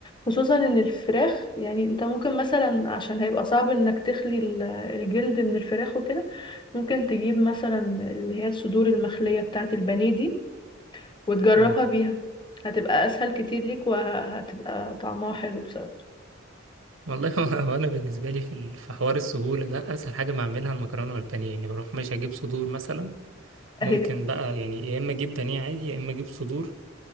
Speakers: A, on the left (about 25°); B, on the right (about 85°).
A: خصوصا ان الفراخ يعني انت ممكن مثلا عشان هيبقى صعب انك تخلي ال- الجلد من الفراخ وكده ممكن تجيب مثلا اللي هي الصدور المخليه بتاعه البانيه دي وتجربها
B: اه
A: بيها هتبقى اسهل كتير ليك وهتبقى طعمها حلو بصراحه
B: والله <laughs> هو هو انا بالنسبه لي في ال- في حوار السهوله ده اسهل حاجه بعملها المكرونه والبانيه يعني بروح ماشي اجيب صدور مثلا ممكن
A: ايوه
B: بقى يعني يا اما اجيب بانيه عادي يا اما اجيب صدور